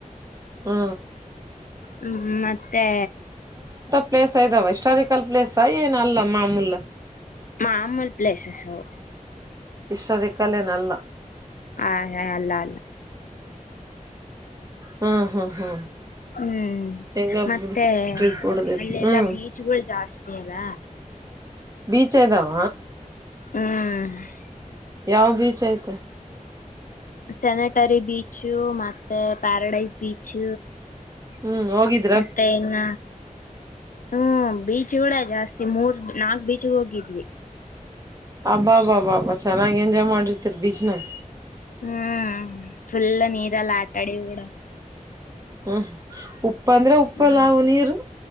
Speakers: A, on the right; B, on the left.
A: ಹ್ಮ
B: ಹ್ಮ ಮತ್ತೆ
A: ಪ್ಲೇಸ್ಾ ಇದಾವ ಇಸ್್ಟಾರಿಕಲ್ ಪ್ಲೇಸ್ ಏನ ಅಲ್ಲ ಮಾಮೂಲ್
B: ಮಾಮೂಲ್ ಪ್ಲೇಸಸ್ಸು
A: ಇಷ್ಟದಕ್ಕಲೆೇನಲ್ಲ
B: ಹ ಹ ಅಲ್ಲ ಅಲ್ಲ
A: ಹ್ಮ್ ಹ್ಮ್ ಹ್ಮ್
B: ಹ್ಮ್
A: ಹೆಂಗ
B: ಮತ್ತೆ
A: ಟ್ರಿಪ್ ಹೊಡದಿರಿ
B: ಅಲ್ಲೆಲ್ಲಾ
A: ಹ್ಮ್
B: ಬೀಚ್ಗಳು ಜಾಸ್ತಿ ಅಲ್ಲ
A: ಬೀಚ್ ಇದ್ದಾವ
B: ಹ್ಮ್
A: ಯಾವ ಬೀಚ್ ಐತೆ
B: ಸೆನೆಟರಿ ಬೀಚು ಮತ್ತೆ ಪ್ಯಾರಾಡೈಸ್ ಬೀಚ್
A: ಹ್ಮ್ ಹೋಗಿದ್ದ
B: ಮತ್ತೆ ಇನ್ನ ಹ್ಮ ಬೀಚ್ ಕೂ ಜಾಸ್ತಿ ಮೂರ್ ನಾಲ್ಕ್ ಬೀಚ್ ಹೋಗಿದ್ವಿ
A: ಅಬ್ಬಾ ಅಬ್ಬಬ್ಬಾ ಅಬ್ಬ ಚೆನ್ನಾಗಿ ಎಂಜಾಯ್ ಮಾಡಿರ್ತೀರಿ ಬೀಚ್ನ
B: ಹ್ಮ್ ಫುಲ್ಲ ನೀರೆಲ್ಲ ಆಟಾಡಿ ಕೂಡ
A: ಹ್ಮ್ ಉಪ್ಪ ಅಂದ್ರೆ ಉಪ್ಪಲ್ಲಾವು
B: ಹ್ಮ್
A: ನೀರು